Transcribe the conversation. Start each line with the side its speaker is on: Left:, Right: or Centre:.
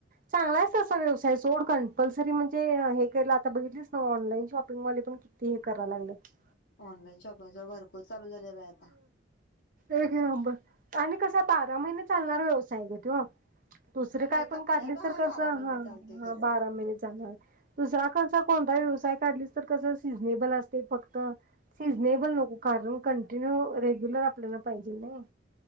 Right: चांगला आहे तसं व्यवसाय सोड कंपल्सरी म्हणजे अ हे केलं आता बघितलीच ना, ऑनलाईन शॉपिंग वाले पण किती हे कराय लागल्यात.
Left: ऑनलाईन शॉपिंगच भरपूर चालू झाल्या बाई आता.
Right: एक नंबर आणि कस आहे बारा महिन्यात, चालणार व्यवसायय ग तो. दुसरे
Left: होय
Right: काय पण
Left: कपड्याचा
Right: काढली तर
Left: हा
Right: कस,
Left: बारा
Right: ह
Left: महिने
Right: हा
Left: चालतोय खरं
Right: बारा महिने चाल णार. दुसरा कसा कोणताही व्यवसाय काढला तर कस सीजनेबल असतय फक्त, सिनेबल नको कारण कंटिन्यू रेग्युलर आपल्याला पाहिजे नाही,